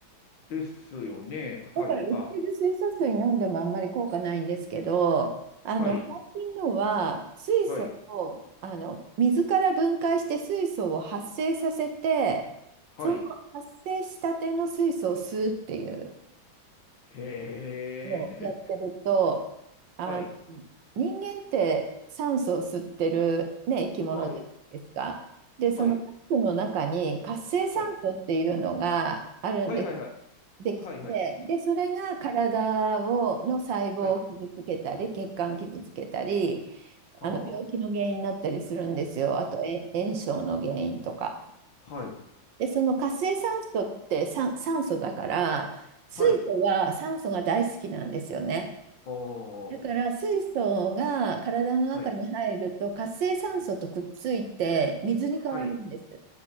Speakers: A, on the left (about 65°); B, on the right (about 70°).
A: ですよね。はい、
B: だから売ってる水素水飲んでもあんまり効果ないんですけど、
A: あ、
B: あの最近のは水素をあの水から分解して水素を発生させて、
A: はい、はい、はい。
B: その発生したての水素を吸うっていう。
A: へえ、
B: をやってると、あの、
A: <laughs> はい、
B: 人間って酸素を吸ってる、ね、生き物じゃないですか。
A: はい、
B: で、
A: はい、
B: その酸素の中に活性酸素っていうのがあるんです。
A: はい、はい、はい、
B: できて、
A: はい、はい、はい。
B: で、それが体を、の細胞を傷つけたり、
A: はい。
B: 血管傷つけたり、
A: は
B: あの病気の原因になったりするんですよ。あと、え炎症の原因とか。
A: あ。はい。
B: で、その活性酸素って酸、酸素だから、水素は酸素が大好きなんですよね。
A: はい。おー。
B: だから水素が体の中に入ると活性酸素とくっついて水に変わるんです。
A: はい。はい。